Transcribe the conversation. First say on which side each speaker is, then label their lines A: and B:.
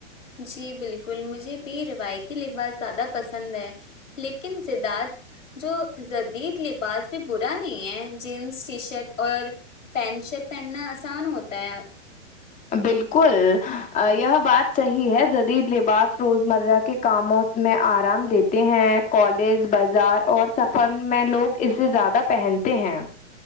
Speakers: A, on the left (about 85°); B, on the left (about 20°).
A: جی بالکل مجھے بھی روایتی لباس زیادہ پسند ند ہے لیکن زدت جو جدید بعاز بھی برا نہیں ہے جینس ٹی شرٹ اور پینٹ شرٹ پہننا آسان ہوتا ہے
B: بالکل یہ بات صحیح ہے جدید لباس روز مرہ کے کاموں میں آرام دیتے ہیں کالج بازار اور سفر میں لوگ اس سے زیادہ پہنتے ہیں